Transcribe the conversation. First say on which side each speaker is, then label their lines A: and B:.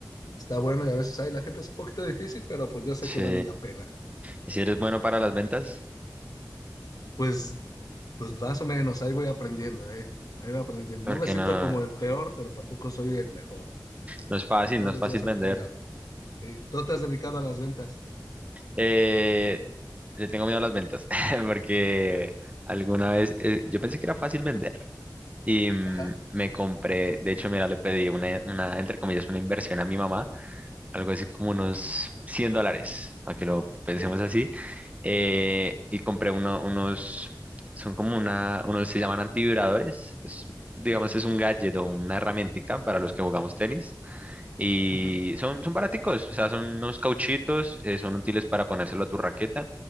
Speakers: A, on the left (about 55°); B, on the right (about 20°).
A: está bueno y a veces, ay, la gente es un poquito difícil, pero pues yo sé
B: sí.
A: que vale la pena.
B: ¿Y si eres bueno para las ventas?
A: Pues, pues más o menos, ahí voy aprendiendo, ¿eh? Ahí voy aprendiendo.
B: Porque
A: No me siento
B: no,
A: como el peor, pero tampoco soy el mejor.
B: no es fácil,
A: Todos
B: no es
A: los
B: fácil
A: días
B: vender.
A: aprende algo. Sí, tú te has dedicado a las ventas.
B: Eh, le tengo miedo a las ventas, <laughs> porque alguna vez eh, yo pensé que era fácil vender y mm,
A: Ajá,
B: me compré, de hecho, mira, le pedí una, una, entre comillas, una inversión a mi mamá algo así como unos 100 dólares, a que lo pensemos
A: sí.
B: así. eh, y compré uno- unos, son como una, unos se llaman antivibradores. es- digamos, es un gadget o una herramientica para los que jugamos tenis. Y
A: Ujú,
B: son, son baraticos, o sea, son unos cauchitos, eh, son útiles para ponérselo a tu raqueta.